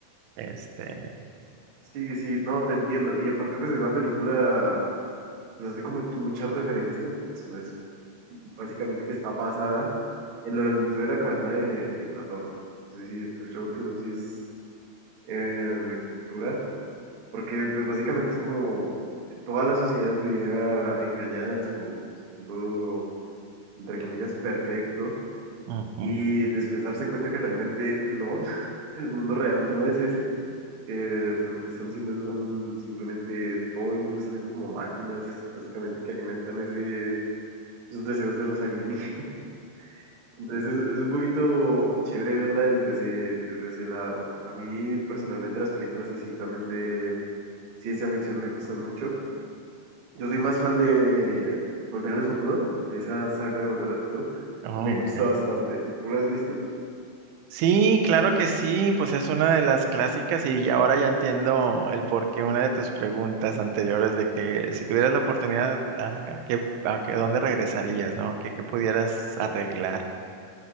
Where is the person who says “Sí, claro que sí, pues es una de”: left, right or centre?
Right